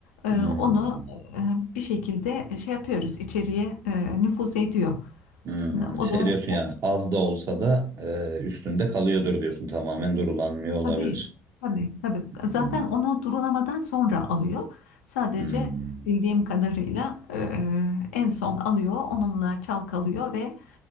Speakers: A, on the left; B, on the right.
A: e,
B: Hmm.
A: onu e, bir şekilde şey yapıyoruz, içeriye e, nüfuz ediyor.
B: Hmm. Şey
A: O da
B: diyorsun yani
A: o-
B: az da olsa da e, üstünde kalıyordur diyorsun. Tamamen durulanmıyor olabilir.
A: Tabii, tabii, tabii.
B: Hmm.
A: Zaten onu durulamadan sonra alıyor. Sadece
B: Hmm.
A: bildiğim kadarıyla eee, en son alıyor, onunla çalkalıyor ve